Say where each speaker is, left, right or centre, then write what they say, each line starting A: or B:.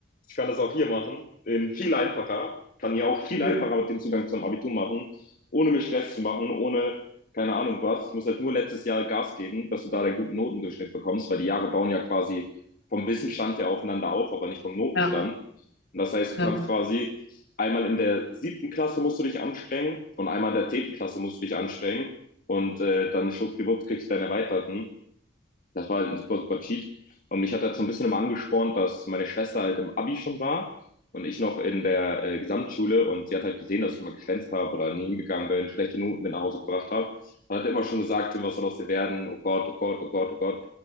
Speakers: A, on the left; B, on the left.
A: ich kann das auch hier machen, in viel einfacher, kann ja auch viel
B: mhm.
A: einfacher den Zugang zum Abitur machen, ohne mir Stress zu machen, ohne keine Ahnung was. Ich muss halt nur letztes Jahr Gas geben, dass du da deinen guten Notendurchschnitt bekommst, weil die Jahre bauen ja quasi vom Wissenstand her aufeinander auf, aber nicht vom Notenstand.
B: ja,
A: Und das heißt, du
B: ja.
A: kannst quasi einmal in der siebten Klasse musst du dich anstrengen und einmal in der zehnten Klasse musst du dich anstrengen. Und äh, dann schwuppdiwupps kriegst du deinen Erweiterten. Das war halt ein super, super Cheat. Und mich hat das so ein bisschen immer angespornt, dass meine Schwester halt im Abi schon war und ich noch in der äh, Gesamtschule und sie hat halt gesehen, dass ich immer geschwänzt habe oder nie hingegangen bin, schlechte Noten mit nach Hause gebracht habe. Und hat immer schon gesagt, Tim, was soll aus dir werden? Oh Gott, oh Gott, oh Gott, oh Gott.